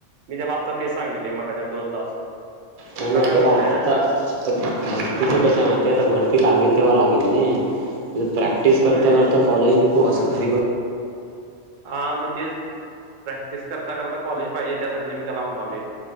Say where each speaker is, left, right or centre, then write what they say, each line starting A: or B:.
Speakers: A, on the right; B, on the right.
A: मी जे बगता ते सांगलं दोन तास
B: नाही नाही त्याला
A: म्हटलं
B: आत्ता आता भरतीच कस माहितीय आता भरती लागेल तेव्हा लागेल ह प्रॅक्टिस करता
A: व्हय
B: करता कॉलेज न तो असं घरी बत
A: हा मग ते प्रॅक्टिस करता करता कॉलेज पाहिजे त्यासाठी मी त्याला म्हणाल